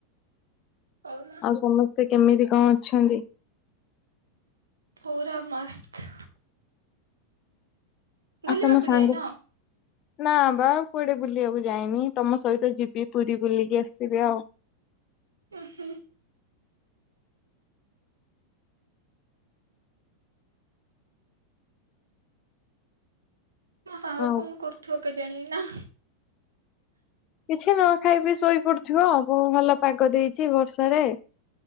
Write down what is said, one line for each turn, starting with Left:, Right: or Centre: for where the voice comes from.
Right: କହୁନ
Left: ଆଉ ସମସ୍ତେ କେମିତି କଣ ଅଛନ୍ତି?
Right: ପୁରା ମସ୍ତ। ବୁଲିବାକୁ
Left: ଆଉ ତମ ସାଙ୍ଗ
Right: ଯାଇନ?
Left: ନା ବା କୁଆଡେ ବୁଲିବାକୁ ଯାଇନି, ତମ ସହିତ ଯିବି ପୁରୀ ବୁଲିକି ଆସିବି ଆଉ। <inaudible>
Right: ଉମଂ ହୁଁ। ମୋ ସାଙ୍ଗ
Left: ଆଉ
Right: କଣ କରୁଥିବ କେଜାଣି ନା
Left: କିଛି ନୁହଁ ଖାଇ ପି ଶୋଇପଡୁଥିବ ମୁଁ ଭଲ ପାଗ ଦେଇଛି ବର୍ଷାରେ।